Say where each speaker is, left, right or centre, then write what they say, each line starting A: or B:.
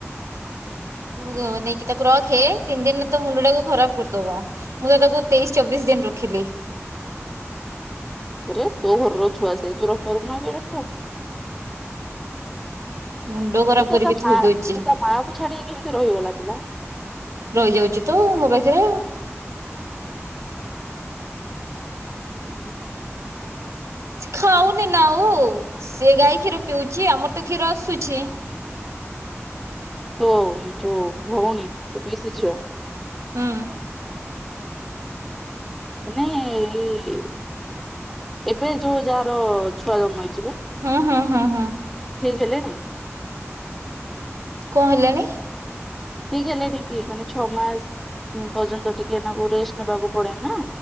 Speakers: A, on the right; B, in the centre.
A: ତୁ ଗ ନେଇକି ତାକୁ ରଖେ ତିନି ଦିନରେ ତ ମୁଣ୍ଡ ଟାକୁ ଖରାପ୍ କରିଦବ। ମୁଁ ତ ତାକୁ ତେଇଶି ଚବିଶ୍ ଦିନ୍ ରଖିଲି।
B: ଆରେ ତୋ ଘର ର ଛୁଆ ସେ ତୁ ରଖି ପାରିବୁ ନାଇଁ କି ରଖିବୁ।
A: ମୁଣ୍ଡ ଖରାପ
B: ତୁ
A: କରିକି
B: ତ ମା
A: ଥୋଇ ଦଉଛି।
B: ସେ ତା ମା କୁ ଛାଡ଼ିକି କେମିତି ରହିଗଲା ପିଲା।
A: ରହିଯାଉଛି ତ ମୋ ପାଖେରେ।
B: ଉଁ ହୁଁ।
A: ଛି ଖାଉନି ନା ଆଉ ସେ ଗାଈ କ୍ଷୀର ପିଉଚି ଆମର ତ କ୍ଷୀର ଆସୁଛି।
B: ତୋ ଯୋଉ ଭଉଣୀ ତ ପିଇଶି ଝିଅ।
A: ହୁଁ।
B: ମାନେ ଏଇ ଏବେ ଯୋଉ ଯାହାର ଛୁଆ ଜନ୍ମ ହେଇଚି ବେ।
A: ହଁ ହଁ ହଁ ହଁ।
B: ଠିକ୍ ହେଲେଣି?
A: କଁ ହେଲାଣି?
B: ଠିକ୍ ହେଲେଣି କି ମାନେ ଛଅ ମାସ ପର୍ଯ୍ୟନ୍ତ ଟିକେ ନାକୁ ରେଷ୍ଟ ନେବାକୁ ପଡେ ନା।